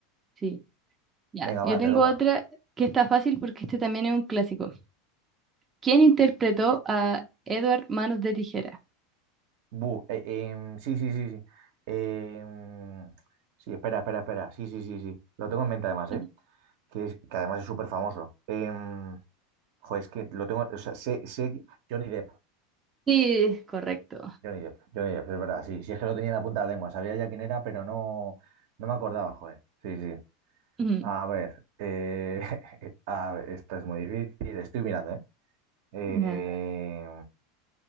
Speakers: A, on the right (about 20°); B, on the right (about 65°).
A: Sí, ya.
B: Venga,
A: Yo
B: va,
A: tengo
B: te toca.
A: otra que está fácil porque este también es un clásico. ¿Quién interpretó a Edward Manos de Tijera?
B: Bu, eh, em, sí, sí, sí, sí. Em, sí, espera, espera, espera. Sí, sí, sí, sí. Lo tengo en mente además,
A: <laughs>
B: ¿eh? Que, es- que además es súper famoso. Em, jo, es que lo tengo, o sea, sé, sé que- Johnny Depp,
A: Sí, correcto.
B: Johnny Depp, Johnny Depp, es verdad, sí, sí es que lo tenía en la punta de la lengua, sabía ya quién era, pero no, no me acordaba, joder. Sí, sí.
A: Ujú.
B: A ver, eh, <laughs> a ver, esta es muy difícil. Estoy mirando, ¿eh? Eh,
A: Nada,